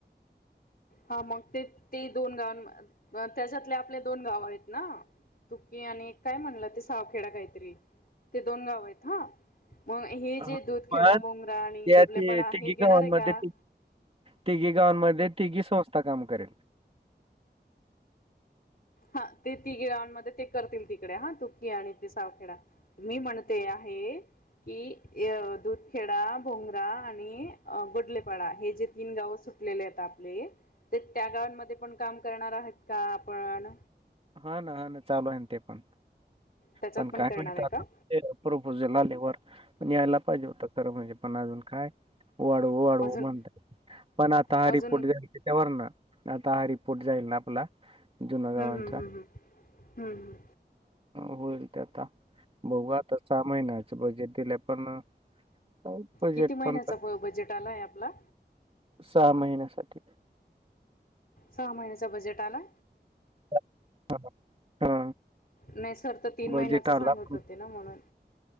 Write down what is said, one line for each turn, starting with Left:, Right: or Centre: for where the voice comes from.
Left: हा मग ते तेी दोन गावां त्याच्यातले आपले दोन गाव आहेत ना तुकीी आणि काय म्हणलं ते सावखेडा काहीतरी ते दोन गाव आहेत हा मग हे
Right: हां,
Left: जे दूधखेड
Right: पण
Left: बोंगरा आणि
Right: त्या
Left: गोटलेपाडा
Right: ती
Left: हे घेणार
Right: गावांमध्ये
Left: आहे का?
Right: तिघी गावांमध्ये तिघी संस्था काम करेल
Left: हा ते ती ग गावां मध्ये ते करतील तिकडे हा तुकी आणि ते सावखेडा मी म्हणते आहे कि दुधखेडा भोंगरा आणि गोटलेपाडा हे जे तीन गावं सुट ले आहेत आपले ते त्या गावांमध्ये पण काम करणार आहेत का? आपण
Right: हा ना हा ना चालू आहे ते पण
Left: त्याच्यात
Right: पण काय
Left: करणार
Right: माहित
Left: आहे
Right: आ
Left: का
Right: ते प्रपोझल आले वर पण यायला पाहिजे होत खरं म्हणजे पण अजून काय वाढवू वाढवू
Left: अजून
Right: म्हणतात पण आता हा
Left: अजून
Right: रिपोर्ट जाय त्याच्यावर ना आता हा रिपोर्ट जाईल ना आपला जुना गावांचा
Left: हम् हम् हम् हम् हम् हम्म
Right: होईल ते आता बघू आता सहा महिन्याच बजेट दिलय पण काय बजेट
Left: किती? महिन्याचा
Right: पण तर
Left: बजेट आलाय आपला
Right: सहा महिन्या साठी
Left: सहा महिन्याच बजेट आला
Right: हा हा
Left: नाही सर तर तीन
Right: बजेट
Left: महिन्याच
Right: आला
Left: सांगत
Right: पण
Left: होते ना म्हणून